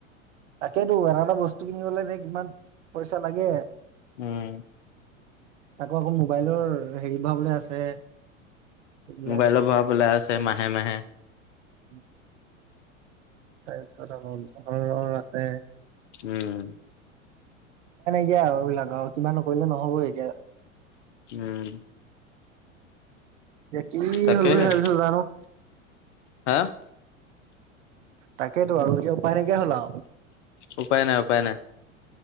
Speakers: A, on the right; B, on the left.
A: তাকেটো আধা আধা বস্তু কিনিবলৈ এ কিমান পইচা লাগে।
B: উম
A: আকৌ আকৌ মোবাইলৰ হেৰি ভৰাবলে আছে। এইবিলাক
B: মোবাইলত ভৰাবলে আছে মাহে মাহে।
A: উম। তাইৰ পিছত আকৌ <unintelligible> আছে।
B: উম।
A: এয়া আৰু এইবিলাক আৰু কিবা নকৰিলে নহ'ব এতিয়া।
B: উম।
A: এতি কি
B: তাকেহে
A: হ'ল বুলি ভাবিছো জানোঁ
B: হা
A: তাকেইতো আৰু এতিয়া উপায় নাইকিয়া হল আৰু
B: উপায় নাই উপায় নাই,